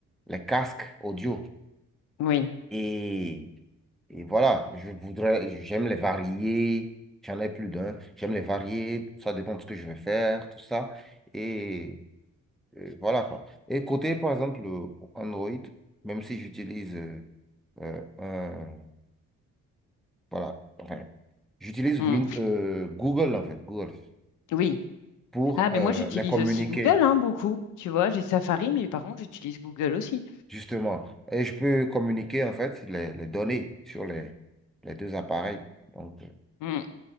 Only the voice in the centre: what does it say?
les casques audio.
Et, et voilà, je voudrais, j'aime les varier. J'en ai plus d'un. J'aime les varier. Ça dépend de ce que je vais faire, tout ça. Et, euh, voilà quoi. Et côté, par exemple, Android, même si j'utilise euh, euh, un, voilà, enfin, J'utilise
Win- euh, Google, en fait, Google,
pour
euh,
les communiquer,
justement. Et je peux communiquer, en fait, les, les données sur les, les deux appareils. Donc, euh,